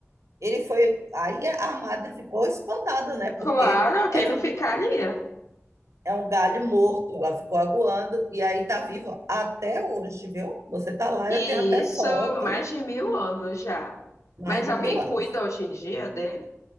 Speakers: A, on the right; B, on the left.
A: Ele foi. Aí a madre ficou espantada, né? Porque
B: claro, quem
A: era
B: não
A: um,
B: ficaria?
A: é um galho morto, ela ficou aguando, e aí tá vivo até hoje, viu? Você tá lá,
B: E
A: eu tenho até
B: isso
A: foto.
B: mais de mil anos já.
A: Mais
B: Mas
A: de
B: alguém
A: mil anos.
B: cuida hoje em dia dele?